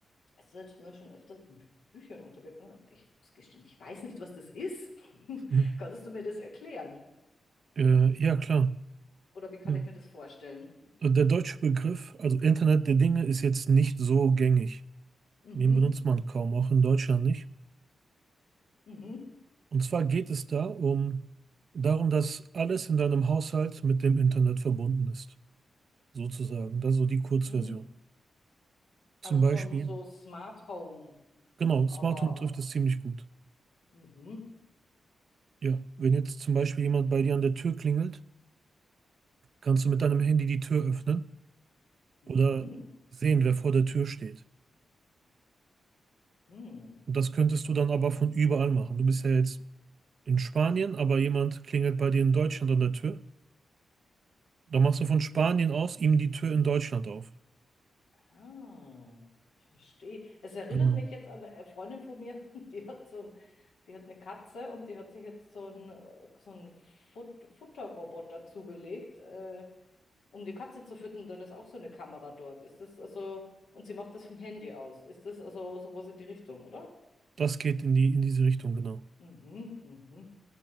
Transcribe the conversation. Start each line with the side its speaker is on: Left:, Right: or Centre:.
Left: es ist jetzt mir schon öfters in Bü- Büchern untergekommen, aber ich muss gestehen, ich weiß nicht, was das ist. <laughs>
Right: Mhm.
Left: Kannst du mir das erklären?
Right: Äh, ja, klar.
Left: Oder wie kann
Right: Mhm.
Left: ich mir das vorstellen?
Right: Der deutsche Begriff, also Internet der Dinge, ist jetzt nicht so gängig.
Left: Mhm,
Right: Den benutzt man kaum, auch in Deutschland nicht.
Left: mhm,
Right: Und zwar geht es da um darum, dass alles in deinem Haushalt mit dem Internet verbunden ist, sozusagen. Das ist so die Kurzversion.
Left: mhm.
Right: Zum
Left: Also
Right: Beispiel,
Left: so ein so Smart Home,
Right: genau,
Left: aber
Right: Smart Home trifft es ziemlich gut.
Left: mhm,
Right: Ja, wenn jetzt zum Beispiel jemand bei dir an der Tür klingelt, kannst du mit deinem Handy die Tür öffnen
Left: mhm,
Right: oder sehen, wer vor der Tür steht.
Left: mhm.
Right: Und das könntest du dann aber von überall machen. Du bist ja jetzt in Spanien, aber jemand klingelt bei dir in Deutschland an der Tür. Dann machst du von Spanien aus ihm die Tür in Deutschland auf.
Left: Ah, verstehe. Es erinnert
Right: Genau.
Left: mich jetzt an eine Freundin von mir, <laughs> die hat so ein, die hat eine Katze und die hat sich jetzt so einen, so einen Fut Futterroboter zugelegt. Äh, um die Katze zu füttern, dann ist auch so eine Kamera dort. Ist das also, und sie macht das vom Handy aus. Ist das also sowas in die Richtung, oder?
Right: Das geht in die, in diese Richtung, genau.
Left: Mhm, mhm.